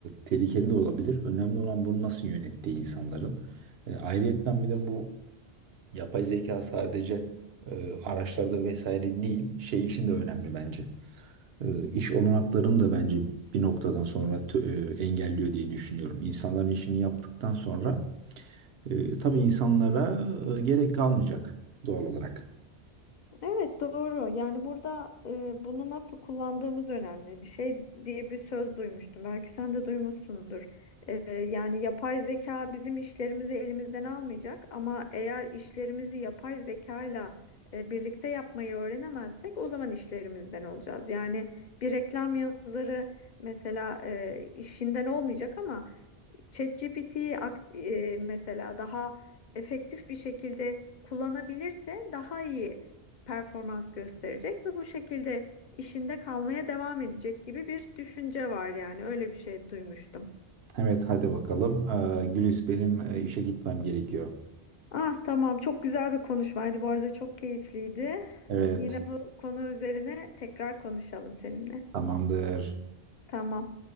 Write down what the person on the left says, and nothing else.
Evet doğru. Yani burada e, bunu nasıl kullandığımız önemli. Şey diye bir söz duymuştum. Belki sen de duymuşsundur. E, yani yapay zeka bizim işlerimizi elimizden almayacak ama eğer işlerimizi yapay zekayla e, birlikte yapmayı öğrenemezsek o zaman işlerimizden olacağız. Yani bir reklam yazarı mesela e, işinden olmayacak ama ChatGPT'yi ak- e, mesela daha efektif bir şekilde kullanabilirse daha iyi performans gösterecek ve bu şekilde işinde kalmaya devam edecek gibi bir düşünce var yani öyle bir şey duymuştum.
Ah tamam çok güzel bir konuşmaydı bu arada çok keyifliydi.
Yine bu konu üzerine tekrar konuşalım seninle.
Tamam.